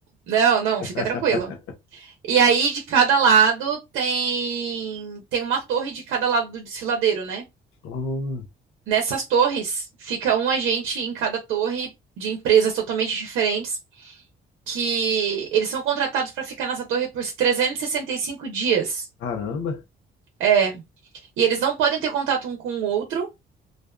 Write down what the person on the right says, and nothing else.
Não, não,
fica tranquilo. E aí de cada lado tem tem uma torre de cada lado do desfiladeiro, né?
Nessas torres fica um agente em cada torre de empresas totalmente diferentes que eles são contratados para ficar nessa torre por 365 dias.
É, e eles não podem ter contato um com o outro